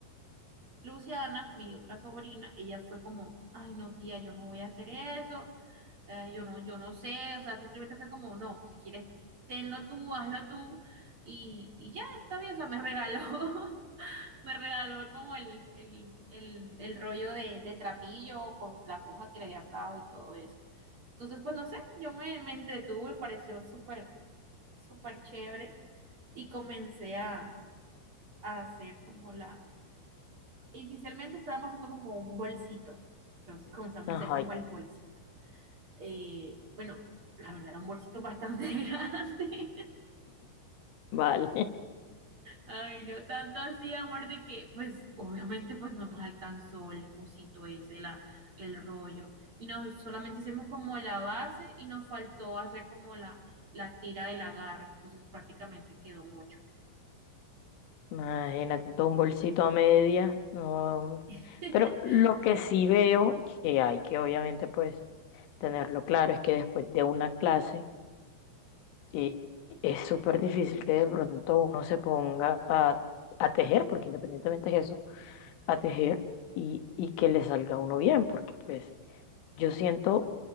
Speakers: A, on the right; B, on the left.
A: Luciana, mi otra sobrina, ella fue como, ay no tía, yo no voy a hacer eso, eh, yo no, yo no sé, o sea, simplemente fue como, no, si quieres, tenlo tú, hazlo tú, y, y ya está bien, o sea, me regaló. <laughs> Me regaló como el, el, el, el rollo de, de trapillo con la aguja que le había atado y todo eso. Entonces, pues no sé, yo me, me entretuve, me pareció súper, súper chévere y comencé a, a hacer como la... Inicialmente estábamos haciendo como un bolsito, entonces comenzamos
B: Ajá,
A: a hacer como
B: y-
A: el bolsito. Eh, bueno, la verdad era un bolsito bastante <laughs> grande.
B: vale. <laughs>
A: Ay, no tanto así, amor, de que, pues, obviamente, pues no nos alcanzó el cosito ese, la, el rollo. Y no solamente hicimos como la base y nos faltó hacer como la, la tira del agarre. Entonces, prácticamente quedó mucho.
B: Imagínate todo un bolsito a media. No.
A: <laughs>
B: Pero lo que sí veo que hay que obviamente pues tenerlo claro es que después de una clase. Y es súper difícil que de pronto uno se ponga a, a tejer, porque independientemente es eso, a tejer y, y que le salga a uno bien, porque pues yo siento